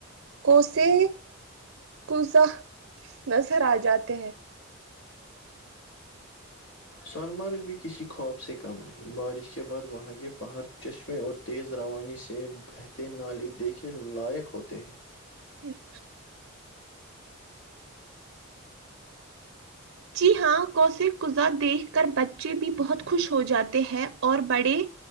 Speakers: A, on the right (about 85°); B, on the left (about 60°).
A: کوسے قزا نظر آ جاتے ہیں <inaudible>
B: سونمارگ بھی کسی خواب سے کم نہیں بارش کے بعد وہاں کے پہاڑ چشمے اور تیز روانی سے بہتے نالے دیکھے لائق ہوتے ہیں
A: پھر <unintelligible> جی ہاں کوسے قذا دیکھ کر بچے بھی بہت خوش ہو جاتے ہیں اور بڑے